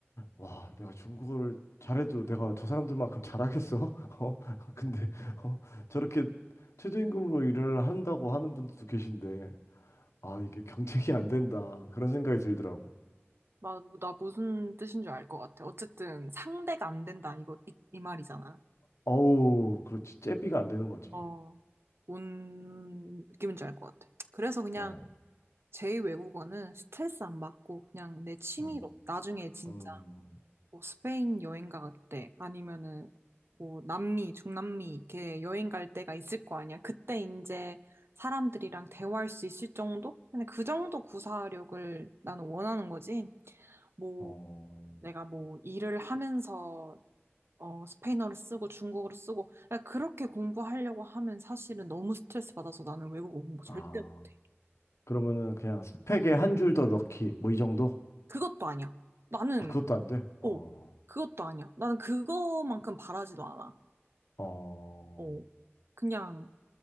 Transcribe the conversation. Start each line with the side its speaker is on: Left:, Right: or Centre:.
Left: 와, 내가 중국어를 잘해도 내가 저 사람들만큼 잘하겠어? <laughs> 어? 근데 어? 저렇게 최저임금으로 일을 한다고 하는 분들도 계신데 아, 이게 경쟁이 안 된다. 그런 생각이 들더라고.
Right: 마, 나 무슨 뜻인 줄 알 것 같아. 어쨌든 상대가 안 된다 이거 이, 이 말이잖아.
Left: 어우, 그렇지. 제비가 안 되는 거지.
Right: 어, 뭔 느낌인지 알 것 같아. 그래서 그냥
Left: 어.
Right: 제 외국어는 스트레스 안 받고 그냥 내 취미로
Left: 음.
Right: 나중에 진짜
Left: 음.
Right: 뭐 스페인 여행 갈 때, 아니면은 뭐 남미, 중남미 이렇게 여행 갈 때가 있을 거 아니야. 그때 이제 사람들이랑 대화할 수 있을 정도? 근데 그 정도 구사력을 나는 원하는 거지. 뭐
Left: 어.
Right: 내가 뭐 일을 하면서 어 스페인어를 쓰고 중국어를 쓰고 그러니까 그렇게 공부하려고 하면 사실은 너무 스트레스 받아서 나는 외국어 공부 절대
Left: 아.
Right: 못해.
Left: 그러면은 그냥 스펙에 한 줄 더 넣기. 뭐 이 정도?
Right: 그것도 아니야. 나는
Left: 아, 그것도 안 돼.
Right: 어
Left: 어.
Right: 그것도 아니야. 나는 그거만큼 바라지도 않아.
Left: 어,
Right: 어. 그냥